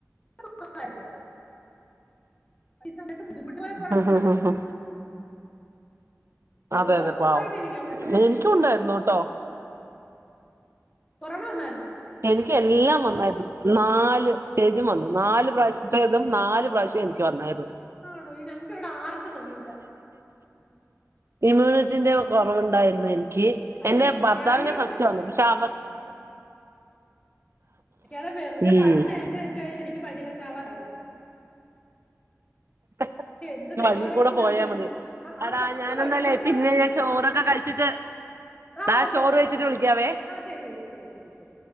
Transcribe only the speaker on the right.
ആഹ് ആഹ് ആഹ്
അതെ അതെ
പാവം
എനിക്കും
ഉണ്ടായിരുന്നു ട്ടോ
എനിക്ക് എല്ലാം വന്നായിരുന്നു നാല് സ്റ്റേജും വന്നു നാല് പ്രാവശ്യത്തതും നാല് പ്രാവശ്യം എ- വന്നായിരുന്നു
ഇമ്യൂണിറ്റിന്റെ കുറവുണ്ടായിരുന്നു എനിക്ക്
എന്റെ
ഭർത്താവിനെ ഫസ്റ്റ് വന്നു പക്ഷെ അവർ
ഉം
<inaudible>
വഴി കൂടെ പോയാ
മതി
അടാ
ഞാനൊന്നല്ലേ
പിന്നെ
ഞാൻ ചോറൊക്കെ കഴിച്ചിട്ട്-
ട
ചോറ്
കഴിച്ചിട്ട്
വിളിക്കാവേ